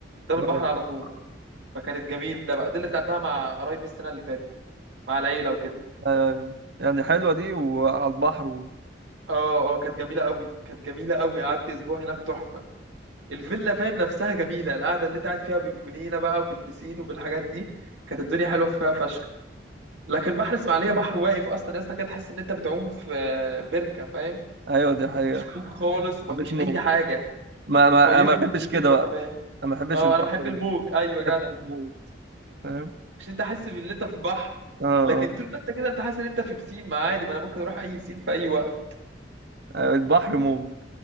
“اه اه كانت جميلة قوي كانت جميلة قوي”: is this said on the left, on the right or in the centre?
Right